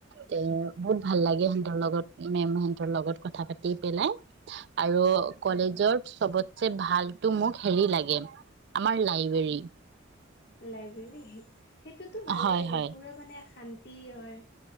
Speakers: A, on the right; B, on the left.
A: তে বহুত ভাল লাগে সিহঁতৰ লগত মেম সিহতৰ লগত কথা পাতি পেলাই। আৰু কলেজৰ চবতছে ভালটো মোক হেৰি লাগে আমাৰ লাইব্ৰেৰী।
B: লাইব্ৰেৰী সেইটোতো ভালে
A: হয়
B: লাগে
A: হয়
B: পুৰা মানে শান্ তি হয়।